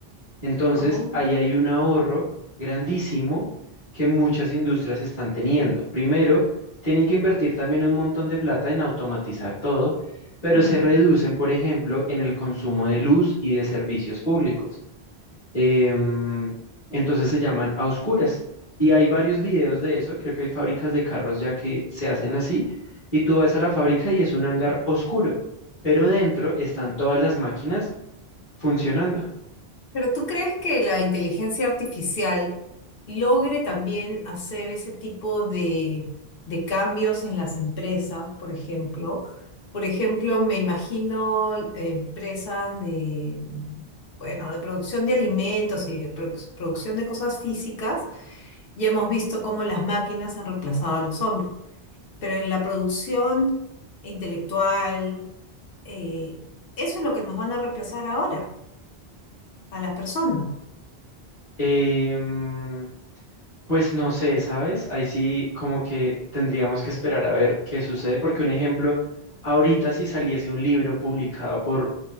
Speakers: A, on the left (about 35°); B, on the left (about 65°).
A: Entonces,
B: Oh,
A: ahí hay un ahorro grandísimo que muchas industrias están teniendo. Primero, tienen que invertir también un montón de plata en automatizar todo, pero
B: ujú.
A: se reducen, por ejemplo, en el consumo de luz y de servicios públicos. Em, entonces se llaman a oscuras. Y hay varios videos de eso, creo que hay fábricas de carros ya que se hacen así, y tú vas a la fábrica y es un hangar oscuro, pero dentro están todas las máquinas funcionando.
B: Pero ¿tú crees que la inteligencia artificial logre también hacer ese tipo de, de cambios en las empresas, por ejemplo? Por ejemplo, me imagino eh, empresas de, bueno, de producción de alimentos y de produ- producción de cosas físicas. Ya hemos visto cómo las máquinas han reemplazado a los hombres, pero en la producción intelectual, eh, eso es lo que nos van a reemplazar ahora, a las personas.
A: Em, Pues no sé, ¿sabes? Ahí sí como que tendríamos que esperar a ver qué sucede, porque un ejemplo, ahorita si saliese un libro publicado por,